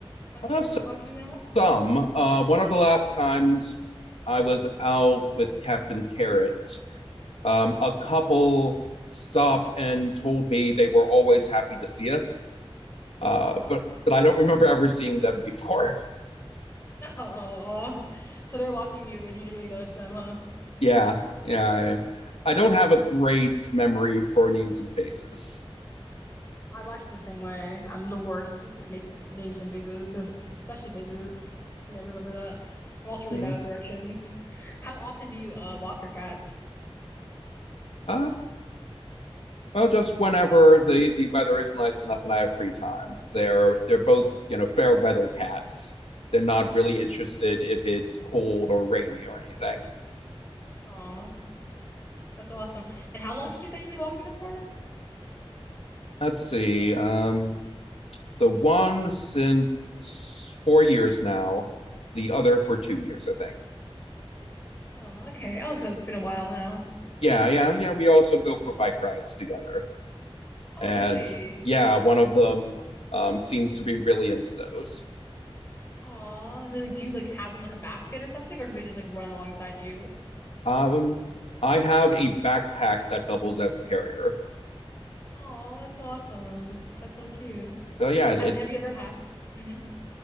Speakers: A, on the left; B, on the left.
A: on you
B: uh, so
A: walking them?
B: some. Uh, one of the last times I was out with Captain Carrot, Um, a couple stopped and told me they were always happy to see us, uh,
A: Aw.
B: but but I don't remember ever seeing them <laughs> before.
A: Oh, so they're watching you and you didn't really notice them, huh?
B: Yeah, yeah. I, I don't have a great memory for names and faces.
A: I'm actually the same way. I'm the worst with na names and faces, es- especially faces. I can never remember that. I'm also really
B: Mhm.
A: bad with directions. How often do you uh walk your cats?
B: Uh, well, just whenever the, the weather is nice enough and I have free time. They're they're both you know fair weather cats. They're not really
A: Mm.
B: interested if it's cold or rainy or anything.
A: Aw, that's awesome. And how long did you say you've been walking them for?
B: Let's see. Um, the one since four years now, the other for two years, I think.
A: Oh, okay. Oh, 'cause it's been a while now.
B: Yeah, yeah, yeah. We also go for bike rides together.
A: Oh,
B: And
A: really?
B: yeah, one of them um, seems to be really into those.
A: Aw, so like, do you like have them like a basket or something, or do they just like run alongside you?
B: Um, I have a backpack that doubles as a carrier.
A: Aw, that's so awesome. That's so cute.
B: So yeah,
A: Have
B: it
A: have you ever had? Mm-hmm.